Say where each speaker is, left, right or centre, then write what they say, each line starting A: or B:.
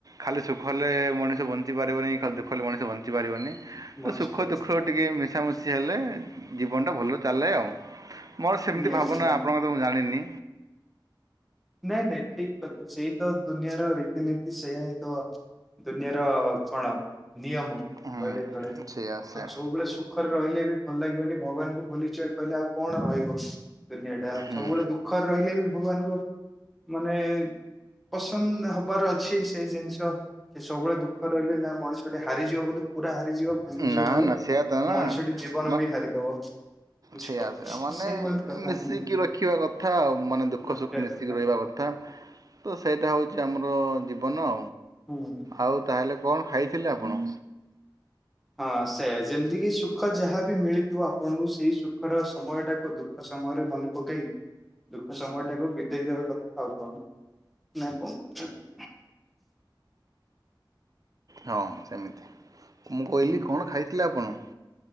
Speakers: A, on the right; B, in the centre.
A: ଖାଲି ସୁଖ ହେଲେ ମଣିଷ ବଞ୍ଚିପାରିବନି, ଖାଲି ଦୁଃଖ ହେଲେ ମଣିଷ ବଞ୍ଚିପାରିବନି। ତ
B: ମଞ୍ଜି
A: ସୁଖ
B: ପାରିବି
A: ଦୁଃଖ ଟିକେ ମିଶାମୁଶି ହେଲେ ଜୀବନଟା ଭଲ ଚାଲେ ଆଉ। ମୋର ସେମିତି
B: ନିହାତି
A: ଭାବନା।
B: ନିହାତି
A: ଆପଣଙ୍କର ତ ମୁଁ ଜାଣିନି।
B: ନାଇଁ ନାଇଁ ଠିକ୍ କଥା ସେଇ ତ ଦୁନିଆର ରୀତିନୀତି ସେୟା ହିଁ ତ ଦୁନିଆର କଣ ନିୟମ।
A: ହୁଁ
B: କହିଲେ ଚଳେ।
A: ସେଇଆ ସେଇଆ
B: ଆଉ ସବୁବେଳେ ସୁ ଦୁଃଖରେ ରହିଲେ ବି ଭଲ ଲାଗିବନି, ଭଗବାନଙ୍କୁ ଭୁଲି ଯିବା କହିଲେ ଆଉ କଣ ରହିବ ଦୁନିଆ ଟା।
A: ହୁଁ
B: ସବୁବେଳେ ଦୁଃ ଦୁଃଖ ରହିଲେ ବି ଭଗବାନଙ୍କ ମାନେ ପସନ୍ଦ ହବାର ଅଛି ସେଇ ଜିନିଷ। କି ସବୁବେଳେ ଦୁଃଖ ରେ ରହିଲେ ନା ମଣିଷଟି ହାରିଯିବ ବୋଲି ପୁରା ହାରିଯିବ ଭାଙ୍ଗିଯିବ
A: ନା
B: ବୋଲେ
A: ନା ସେଇଆ ତ
B: ମଣିଷଟି ଜୀବନ
A: ନା
B: ବି ହାରିଦବ। ବୁଝିପାରୁଛ
A: ସେଇଆ ସେଇଆ।
B: ନା?
A: ମାନେ
B: ସେଇଭଳି କଥା
A: ମିଶିକି
B: ହୁଁ
A: ରଖିବା କଥା ଆଉ, ମାନେ ଦୁଃଖ
B: ରଖିବା
A: ସୁଖ ମିଶି
B: କଥା
A: କି ରହିବା କଥା, ତ ସେଇଟା ହଉଚି ଆମର ଜୀବନ।
B: ହୁଁ। ହୁଁ।
A: ଆଉ ତାହେଲେ କଣ ଖାଇଥିଲେ ଆପଣ?
B: ହଁ ସେଇୟା ଯେମିତିକି ସୁଖ ଯାହା ବି ମିଳିଥିବ ଆପଣଙ୍କୁ ସେଇ ସୁଖର ସମୟ ଟାକୁ ଦୁଃଖ ସମୟରେ ମନେ ପକେଇ ଦୁଃଖ ସମୟ ଟାକୁ ବିତେଇ ଦେବା କଥା ଆଉ କଣ। ନା କଣ କହୁଛନ୍ତି?
A: ହଁ ସେମିତି। ମୁଁ କହିଲି
B: ହୁଁ।
A: କଣ ଖାଇଥିଲେ ଆପଣ?